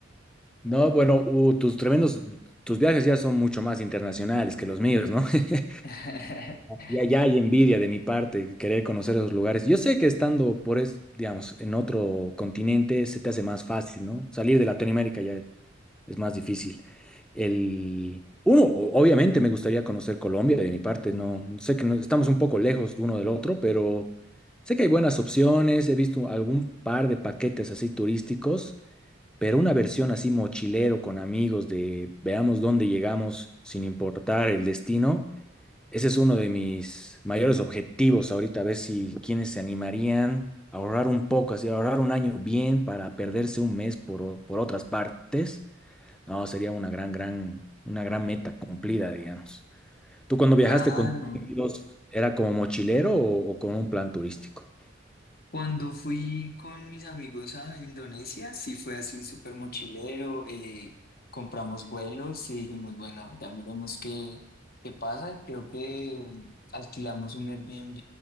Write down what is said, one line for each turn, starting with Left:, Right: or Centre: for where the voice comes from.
Centre: no, bueno, uh, tus tremendos, tus viajes ya son mucho más internacionales que los míos, ¿no? <laughs>
Left: <laughs>
Centre: Y allá hay envidia de mi parte, querer conocer esos lugares. Yo sé que estando por, es, digamos, en otro continente se te hace más fácil, ¿no? Salir de Latinoamérica ya es, es más difícil. El, uno, o- obviamente me gustaría conocer Colombia de mi parte, no sé que no- estamos un poco lejos de uno del otro, pero sé que hay buenas opciones, he visto algún par de paquetes así turísticos, pero una versión así mochilero con amigos de veamos dónde llegamos sin importar el destino. Ese es uno de mis mayores objetivos ahorita, a ver si quienes se animarían a ahorrar un poco, así ahorrar un año bien para perderse un mes por, o- por otras partes. No, sería una gran, gran, una gran meta cumplida, digamos. ¿Tú cuando viajaste
Left: Claro,
Centre: con tus amigos, era como mochilero o, o con un plan turístico?
Left: cuando fui con mis amigos a Indonesia, sí fue así súper mochilero, eh, compramos vuelos y dijimos, bueno, ya veremos qué, qué pasa. Creo que mm, alquilamos un Airbnb